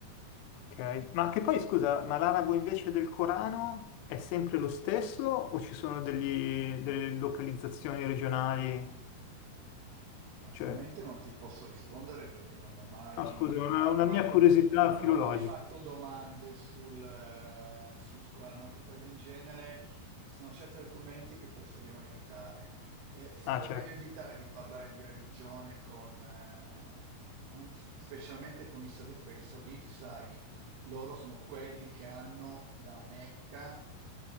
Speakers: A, on the left (about 85°); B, on the right (about 70°).
A: Ok, ma che poi scusa, ma l'arabo invece del Corano è sempre lo stesso o ci sono degli- delle localizzazioni regionali?
B: Francamente
A: Cioè,
B: non ti posso rispondere perché non ho mai
A: no, scusa, una, una
B: fatto,
A: mia curiosità
B: do- non
A: filologica.
B: ho mai fatto domande sul, eh, sul Corano, anche perché in genere ci sono certi argomenti che preferiamo evitare. È è sempre
A: Ah, certo,
B: meglio evitare di parlare di religione con, eh, eh, specialmente con i sauditi, perché i sauditi, sai, loro sono quelli che hanno la Mecca